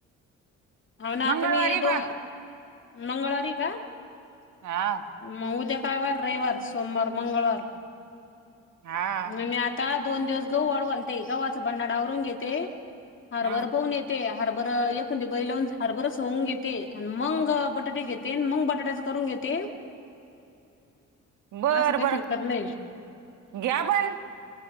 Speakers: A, on the left (about 40°); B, on the right (about 75°).
A: हाव ना,
B: मंगळवारी
A: आता मी दोन
B: बा
A: मंगळवारी का?
B: हा,
A: मग उद्या काय वार रविवार सोमवार मंगळवार
B: हा
A: म मी आता. आता दोन दिवस गहू वाळू घालते गव्हावाचा बननाडावरून घेते हारभर
B: हा
A: पाहून येते. ते हार बरं एकखंद बै लावून. हरभरच होऊन घेते आणि मंग बटाटे घेते मंग बटाट्याच करून घेते.
B: बर
A: असं काही
B: बर
A: करणेय.
B: घ्या पण